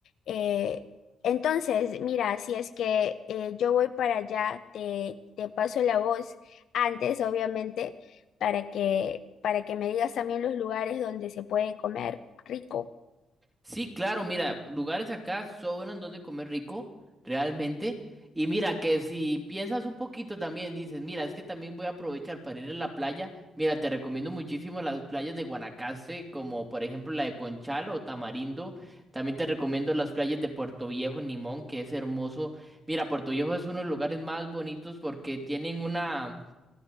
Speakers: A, on the left; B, on the right.
A: Eh, entonces, mira, si es que eh, yo voy para allá, te, te paso la voz antes, obviamente, para que, para que me digas también los lugares donde se puede comer rico.
B: Sí, claro, mira, lugares acá sobran donde comer rico, realmente. Y mira, que si piensas un poquito también, dices, mira, es que también voy a aprovechar para ir a la playa. Mira, te recomiendo muchísimo las playas de Guanacaste, como por ejemplo la de Conchal o Tamarindo. También te recomiendo las playas de Puerto Viejo, Nimón, que es hermoso. Mira, Puerto Viejo es uno de los lugares más bonitos porque tienen una